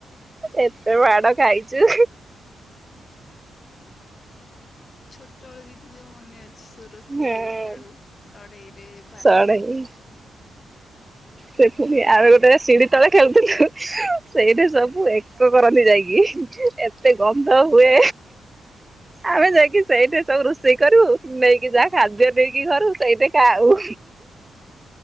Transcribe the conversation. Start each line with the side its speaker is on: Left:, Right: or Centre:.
Right: ଏତେ ମାଡ଼ ଖାଇଛୁ
Left: ଛୋଟବେଳୁ ଦିଦି ଯୋଉ ମନେ ଅଛି ସବୁ ରୋଷେଇ
Right: ହୁଁ
Left: କରି ଖେଳୁ ସଢେଇରେ ବାଲିରେ
Right: ସଢେଇ ସେ ପୁଣି ଆଉ ଗୋଟେ ସିଢି ତଳେ ଖେଳୁଥିଲୁ ସେଇଠି ସବୁ ଏକ କରନ୍ତି ଯାଇକି ଏତେ ଗନ୍ଧ ହୁଏ ଆମେ ଯାଇକି ସେଇଠି ସବୁ ରୋଷେଇ କରୁ ନେଇକି ଯାହା ଖାଦ୍ୟ ନେଇକି ଘରୁ ସେଇଠେ ଖାଉ।